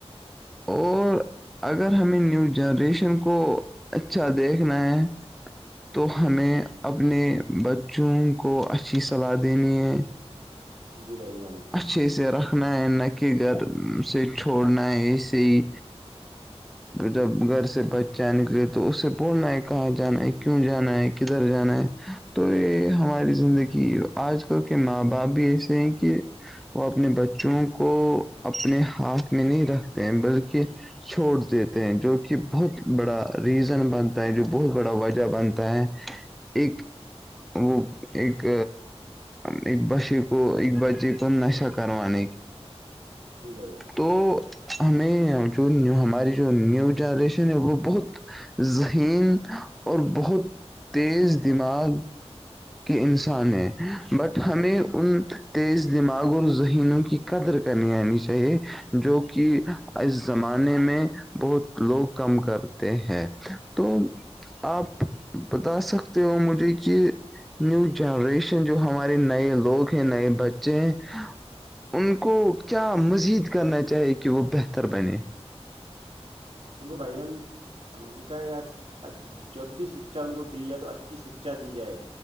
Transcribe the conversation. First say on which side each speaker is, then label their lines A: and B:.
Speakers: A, in the centre; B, on the right.
A: اور اگر ہمیں نیو جنریشن کو اچھا دیکھنا ہے تو ہمیں اپنے بچوں کو اچھی صلاح دینی ہے
B: پیائیانیں
A: اچھے سے رکھنا ہے نہ کہ گھر سے چھوڑنا ہے ایسے ہی جب گھر سے بچہ نکلے تو اسے بولنا ہے کہاں جانا ہے کیوں جانا ہے کدھر جانا ہے تو یہ ہماری زندگی آج تو کے ماں باپ بھی ایسے ہیں کہ وہ اپنے بچوں کو اپنے ہاتھ میں نہیں رکھتے ہیں بلکہ چھوڑ دیتے ہیں جو کہ بہت بڑا ریزن بنتا ہے جو بہت بڑا وجہ بنتا ہے ایک وہ ایک ایک بچے کو ایک بچے کو تو نشا کر نہیں
B: جیو
A: تو ہمیں جو ہماری جو نیو جنریشن ہے وہ بہت ذہین اور بہت تیز دماغ کے انسان ہیں بٹ ہمیں ان تیز دماغ اور ذہینوں کی قدر کرنی آنی چاہیے جو کہ اس زمانے میں بہت لوگ کم کرتے ہیں تو آپ بتا سکتے ہو مجھے کہ نیو جنریشن جو ہمارے نئے لوگ ہیں نئے بچے ہیں ان کو کیا مزید کرنا چاہیے کہ وہ بہتر بنے
B: س کو بھائیان ہم کو کہے گ کہ جب بھی شکچا ان کو دی جائے تو اچھی شکچا دی جائے